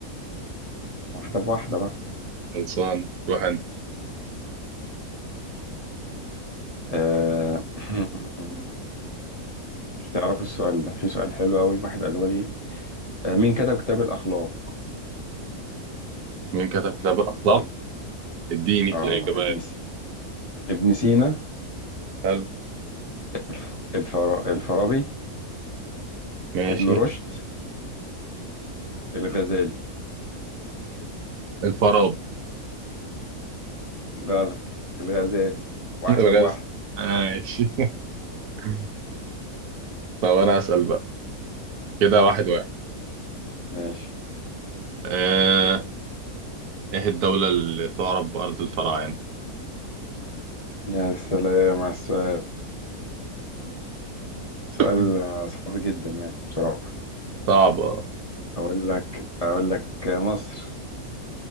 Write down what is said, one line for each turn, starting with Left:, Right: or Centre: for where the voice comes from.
Left: واحدة بواحدة بقى
Right: خلصان روح انت
Left: آه <laughs> <clears throat> تعرفوا السؤال ده في سؤال حلو قوي واحد قاله لي آه مين كتب كتاب الأخلاق
Right: مين كتب كتاب الاخلاق
Left: اب-
Right: اديني
Left: اه
Right: في الاجابات
Left: ابن سي... ابن سينا
Right: حلو
Left: الف... الفر... الفارابي
Right: ماشي
Left: ابن رشد الغزالي
Right: الفارابي
Left: غلط الغزالي واحدة
Right: <laughs> الغزل
Left: بواحدة
Right: ماشي <laughs> طب انا اسال بقى كده
Left: أوه.
Right: واحد واحد
Left: ماشي
Right: آه، ايه الدولة اللي تعرف بأرض الفراعنة
Left: يا سلام على السؤال سؤال
Right: <clears throat>
Left: آه، صعب جدا يعني بصراحة
Right: <laughs> صعبة
Left: اقول لك اقول لك مصر